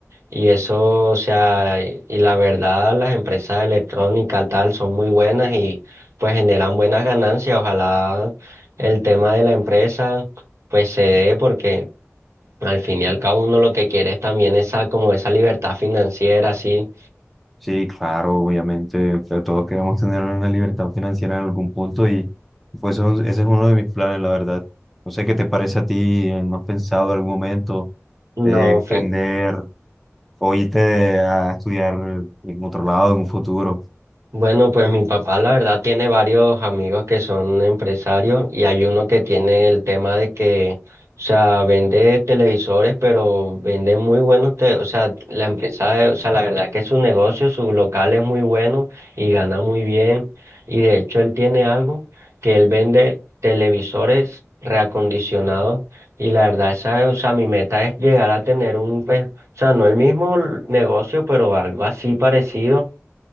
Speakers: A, on the right (about 70°); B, in the centre.
A: Y eso, o sea, y y la verdad, las empresas electrónicas tal son muy buenas y pues generan buenas ganancias. Ojalá el tema de la empresa pues se dé porque al fin y al cabo uno lo que quiere es también esa como esa libertad financiera, así,
B: Sí, claro, obviamente, pero todos queremos tener una libertad financiera en algún punto y pues eso- ese es uno de mis planes, la verdad. No sé qué te parece a ti, eh, ¿no has pensado en algún momento
A: no,
B: eh,
A: fi-
B: emprender o irte a estudiar en otro lado en un futuro?
A: Bueno, pues mi papá la verdad tiene varios amigos que son empresarios y hay uno que tiene el tema de que, o sea, vende televisores, pero vende muy buenos, te- o sea, la empresa, o sea, la verdad es que su negocio, su local es muy bueno y gana muy bien. Y de hecho él tiene algo que él vende televisores reacondicionados y la verdad esa, o sea, mi meta es llegar a tener un, pues, o sea, no el mismo negocio, pero algo así parecido